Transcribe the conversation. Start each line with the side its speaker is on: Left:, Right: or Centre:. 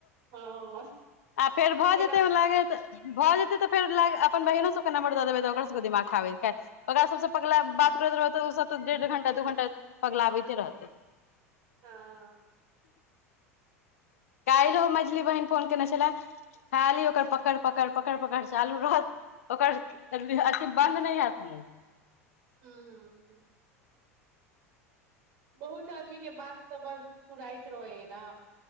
Right: हँ
Left: आ फेर भऽ
Right: फेरा
Left: जेतै लाग भऽ जेतै फेर अपन बहिनो सबके नमरद देबै तऽ ओ सब दिमाग खाब ओकरा सब पगलैब बात करैत रहब त सब तऽ डेढ़ घंटा दू घंटा पगलाबैते रहतै
Right: हँ
Left: कइल हो मछली बहिन फोन केने छलए खाली ओकर पकड़ पकड़ पकड़ पकड़ चालू रहत ओकर अथि बन्द नहि हैत मुंह
Right: हूं हूं बहुत आदमी के बात समझ फुराइत रहै है न